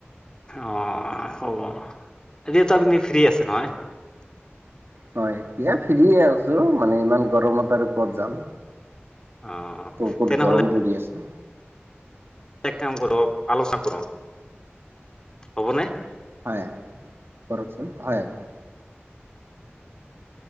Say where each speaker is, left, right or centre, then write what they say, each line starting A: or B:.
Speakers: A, on the left; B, on the right.
A: অ হ'ব এতিয়া তো আপুনি ফ্ৰী আছে নহয়
B: হয় এয়া ফ্ৰী এ আছো মানে ইমান গৰমত আৰু কত যাম
A: অ
B: বহুত
A: তেনেহলে
B: গৰম পৰি আছে
A: এক কাম কৰ আলোচনা ক'ৰ হ'বনে
B: হয় হয় কৰকচোন হয় হয়